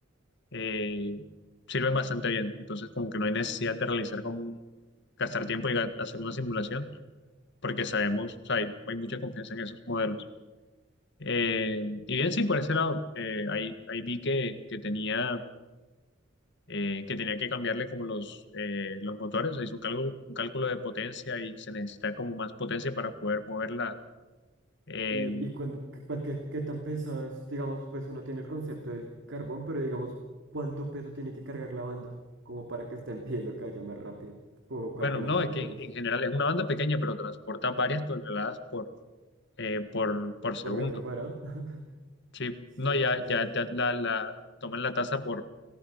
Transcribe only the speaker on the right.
Y, y cuán- qué, cuán- qué- qué tan pesado es, digamos, pues uno tiene el concepto del carbón, pero digamos, ¿cuánto peso tiene que cargar la banda? Como para que estén <laughs> pidiendo que vaya más rápido, o
calculando
motores
por metro cuadrado. <laughs>
Sí,
sí, debe
ser.